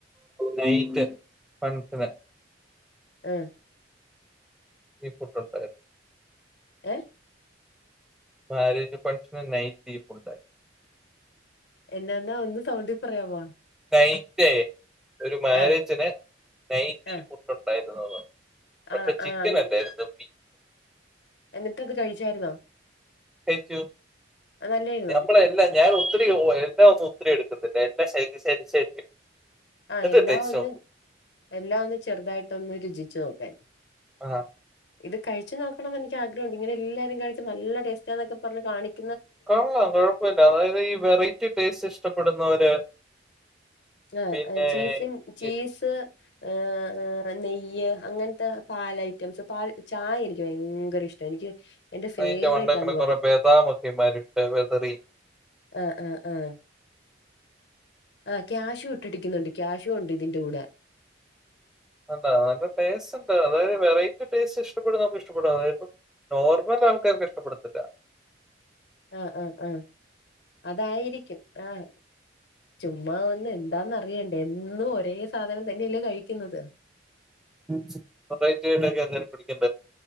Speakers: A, in the centre; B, on the left (about 60°).
A: നൈറ്റ്‌ ഫങ്സ്ഷന്
B: ആഹ്
A: ഈഫുഡ്ഡ്ണ്ടായിരുന്നു
B: ഏഹ്
A: മാരേജ് ഫങ്ഷന് നൈറ്റ് ഈ ഫുഡ്‌
B: എന്നാന്നാ ഒന്ന് സൗണ്ടി പറയാവാേ
A: നൈറ്റേ ഒരു മാരേജിന്
B: ആഹ്
A: നൈറ്റ്
B: ആഹ്
A: ഈ ഫുഡ് ഉണ്ടായിരുന്നൂന്ന് പക്ഷേ
B: ആഹ്
A: ചിക്കനല്ലായിരുന്നു
B: ആഹ് എന്നിട്ടത് കഴിച്ചായിരുന്നോ
A: കയിച്ചു
B: നല്ലായിരുന്നോ
A: <unintelligible> ഞാൻ ഒത്തിരി എന്ന ഒന്നും ഒത്തിരി എടുത്തിട്ടുണ്ട് എന്നാ ശരി ശരി ശരി
B: ആഹ്
A: എന്നിട്ട്
B: എല്ലാം
A: ടേസ്റ്റ്
B: ഒന്ന്
A: നോക്കും
B: എല്ലാം ഒന്ന് ചെറുതായിട്ടൊന്ന് രുചിച്ചു നോക്കാൻ
A: ആഹ്
B: ഇത് കഴിച്ചു നോക്കണം എനിക്ക് ആഗ്രഹുണ്ട് ഇങ്ങനെല്ലാരും കഴിക്കും നല്ല ടേസ്റ്റാന്നൊക്കെ പറഞ്ഞ് കാണിക്
A: കൊള്ളാം കൊഴപ്പല്ല അതായത് ഈ വെറൈറ്റി ടേസ്റ്റ് ഇഷ്ടപ്പെടുന്നവര്
B: ആഹ്
A: പിന്നെ
B: ചീസിൻ ചീസ്
A: ഈ
B: ഹ് നെയ്യ് അങ്ങൻത്തെ പാലഐറ്റംസ് പാൽ ചായ എനിക്ക് ഭയങ്കര ഇഷ് എനിക്ക് എന്റെ ഫേവറേറ്റാന്ന്
A: അയിന്റെ വണ്ടക്കെണ
B: പറയാം
A: കൊറെ ബദാമക്കെ മരിട്ട് വെതറി
B: ആഹ് ആഹ് ആഹ് ആഹ് ക്യാഷ് ഇട്ടിടിക്കുന്നുണ്ട് ക്യാഷും ഉണ്ട് ഇതിന്റെ കൂടെ
A: <unintelligible> നല്ല ടേസ്റ്റ് ഉണ്ട് അതായത് വെറൈറ്റി ടേസ്റ്റ് ഇഷ്ടപ്പെടുന്നോർക്ക് ഇഷ്ടപ്പെടും അതായിപ്പൊ നോർമൽ ആൾക്കാര്ക്ക് ഇഷ്ടപ്പെടത്തില്ല
B: ആഹ് ആഹ് ആഹ് അതായിരിക്കും ആഹ് ചുമ്മാ ഒന്ന് എന്താന്നറിയണ്ടേ എന്നും ഒരേ സാധനം തന്നെയല്ലേ കഴിക്കുന്നത്
A: ഉം <unintelligible>